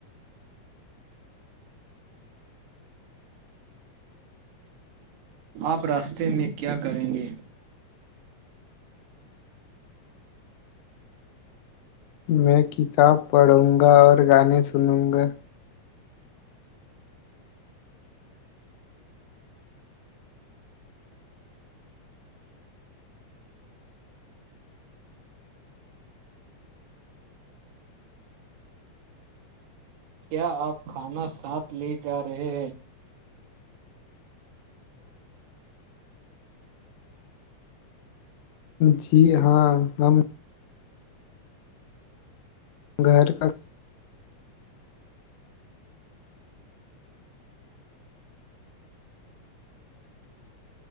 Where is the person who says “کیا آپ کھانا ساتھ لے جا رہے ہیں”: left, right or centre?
Right